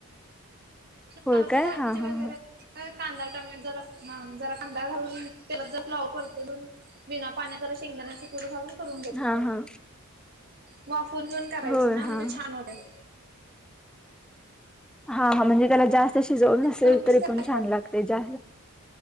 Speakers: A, on the right; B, in the centre.
A: फ्लावरची
B: होय काय
A: भाजी
B: हा
A: वगैरे
B: हा हा
A: कांदा टमॅट जरा जरा कांदा घालून तेलात जर फ्लाव परतोून बिना पाण्या जरा शेंगदाण्याची कुडी घालून करून घ्याते
B: हा हा
A: वाफून घेऊन करायची
B: होय
A: ना म्हणजे
B: हा
A: छान होते
B: हा हा म्हणजे त्याला जास्त शिजवल नसेल
A: तुम्ही
B: तरी
A: कशी करताय?
B: पण छान लागते जास्त